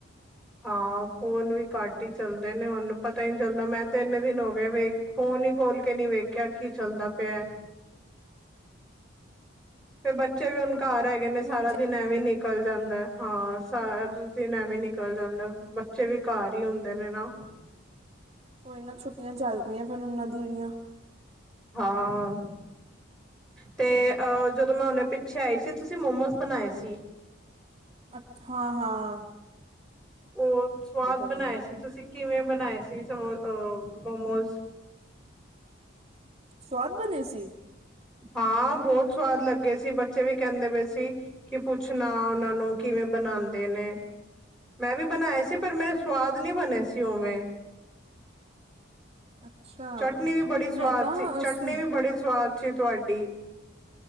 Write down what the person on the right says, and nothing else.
ਹਾਂਜੀ
ਹਾਂਜੀ
ਓਈ ਨਾ ਛੁੱਟੀਆਂ ਚੱਲ ਰਈਆਂ ਫੇਰ ਉਨਾਂ ਦੀਆ ਵੀ ਆਂ।
ਅੱਛਾ ਹਾਂ-ਹਾਂ।
ਮੈਨੂੰ
ਸਵਾਦ ਬਣੇ ਸੀ?
ਅੱਛਾ
ਮੈਂ
ਤਾਂ
ਸੂ